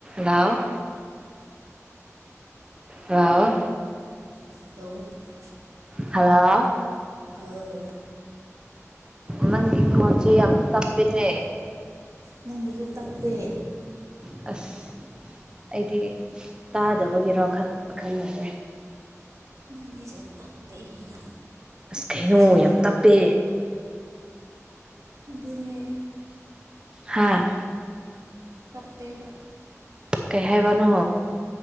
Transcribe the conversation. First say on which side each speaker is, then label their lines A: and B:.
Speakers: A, on the right; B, on the right.
A: ꯂꯥꯎ ꯂꯥꯎꯋꯣ
B: <inaudible>
A: ꯍꯜꯂꯣ
B: ꯑꯥꯎ
A: ꯅꯪꯒꯤ ꯀꯣꯟꯖꯤ ꯌꯥꯝ ꯌꯥꯝ ꯇꯄꯤꯅꯦ
B: ꯅꯪꯒꯤꯁꯨ ꯇꯞꯦ
A: ꯑꯁ ꯑꯩꯗꯤ ꯇꯥꯗꯕꯒꯤꯔꯣ ꯈꯜ ꯈꯜꯂꯨꯔꯦ
B: ꯅꯪꯒꯤꯁꯨ ꯇꯞꯄꯤ ꯌꯥꯝꯅ
A: ꯑꯁ ꯀꯩꯅꯣ
B: ꯑꯩ
A: ꯌꯥꯝ ꯇꯞꯄꯦ
B: ꯑꯗꯨꯅꯦ
A: ꯍꯥꯥ
B: ꯇꯄꯦꯕ
A: ꯀꯩ ꯍꯥꯏꯕꯅꯣ